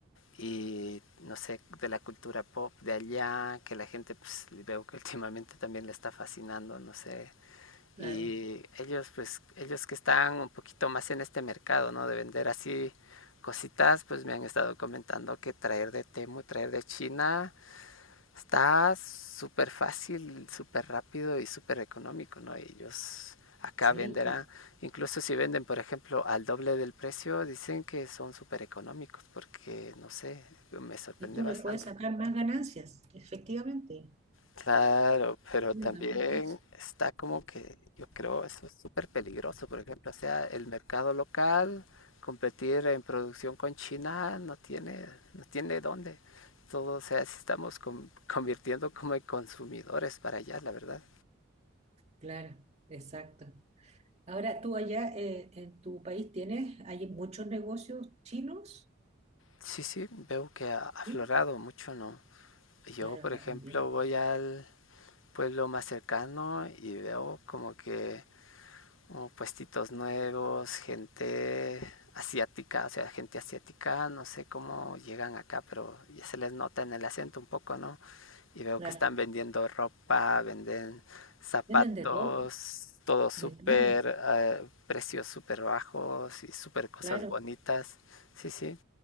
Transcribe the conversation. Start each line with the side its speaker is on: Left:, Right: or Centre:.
Left: y no sé, de la cultura pop de allá, que la gente pues veo que últimamente también le está fascinando, no sé,
Right: claro,
Left: y ellos pues ellos que están un poquito más en este mercado no de vender así cositas pues me han estado comentando que traer de Temu traer de China está súper fácil súper rápido y súper económico no ellos acá
Right: sí,
Left: venderán
Right: y,
Left: incluso si venden por ejemplo al doble del precio dicen que son súper económicos porque no sé me sorprende
Right: y tú
Left: bastante
Right: le puedes sacar más ganancias, efectivamente,
Left: Claro, pero
Right: una
Left: también
Right: ganancia,
Left: está como que yo creo eso es súper peligroso, por ejemplo, o sea, el mercado local, competir en producción con China no tiene, no tiene dónde. Todo, o sea, si estamos con- <laughs> convirtiendo como en consumidores para allá, la verdad.
Right: claro, exacto. Ahora, tú allá eh, en tu país tienes, hay muchos negocios chinos.
Left: Sí, sí, veo que ha aflorado
Right: Sí,
Left: mucho, ¿no? Yo,
Right: claro,
Left: por
Right: acá
Left: ejemplo,
Right: también.
Left: voy al pueblo más cercano y veo como que o puestitos nuevos, gente asiática, o sea, gente asiática, no sé cómo llegan acá, pero ya se les nota en el acento un poco, ¿no? Y veo
Right: Claro.
Left: que están vendiendo ropa, venden zapatos,
Right: Venden de todo,
Left: todo súper,
Right: de todo.
Left: eh, precios súper bajos y súper cosas
Right: Claro.
Left: bonitas. Sí, sí,